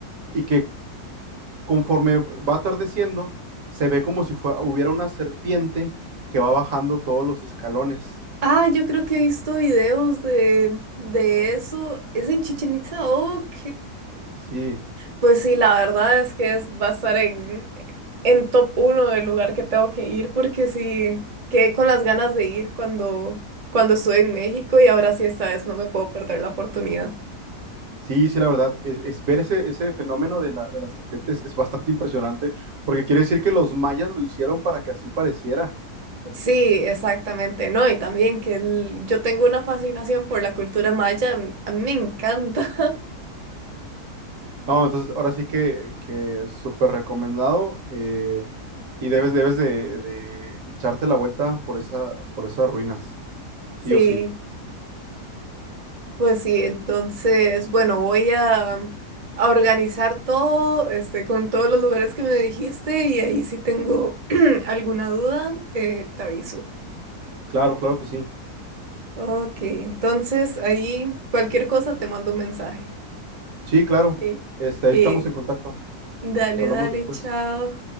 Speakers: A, on the right (about 60°); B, on the right (about 35°).
A: y que conforme va atardeciendo, se ve como si fue- hubiera una serpiente que va bajando todos los escalones.
B: Ah, yo creo que he visto videos de, de eso. Es en Chichen Itza, ok.
A: Sí,
B: Pues sí, la verdad es que es, va a estar en, en top uno del lugar que tengo que ir porque sí, quedé con las ganas de ir cuando, cuando estuve en México y ahora sí esta vez no me puedo perder la oportunidad.
A: sí, sí, la verdad, es, es ver ese, ese fenómeno de la, de las serpientes es, es bastante impresionante, porque quiere decir que los mayas lo hicieron para que así pareciera.
B: Sí, exactamente, no, y también que el- yo tengo una fascinación por la cultura maya, a mí a mí me encanta.
A: No, entonces ahora sí que, que súper recomendado eh, y debes, debes de, de echarte la vuelta por esa, por esas ruinas, sí
B: <laughs>
A: o sí.
B: Sí. Pues sí, entonces, bueno, voy a, a organizar todo, este, con todos los lugares que me dijiste y ahí si tengo <clears throat> alguna duda, eh, te aviso.
A: Claro, claro que sí.
B: Ok, entonces ahí cualquier cosa te mando un mensaje.
A: Sí, claro.
B: Que,
A: Este,
B: que,
A: ahí estamos en contacto.
B: dale,
A: Hablamos
B: dale,
A: después.
B: chao.